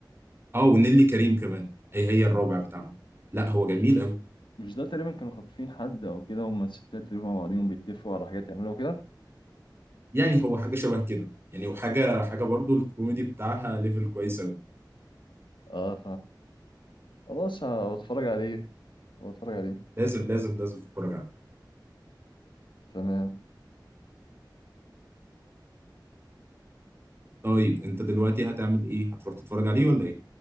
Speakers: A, on the right; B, on the left.
A: اه ونيلي كريم كمان هي هي الرابع بتاعهم لا هو جميل قوي
B: مش ده تقريبا كانوا خاطفين حد او كده هما الستات تقريبا مع بعضيهم بيتفقوا على حاجات يعملوها كده
A: يعني هو حاجه شبه كده يعني وحاجه حاجه برضو الكوميدي بتاعها ليفل كويس قوي
B: اه خلاص هتفرج عليه هتفرج عليه
A: لازم لازم لازم تتفرج عليه
B: تمام
A: طيب انت دلوقتي هتعمل ايه هتروح تتفرج عليه ولا ايه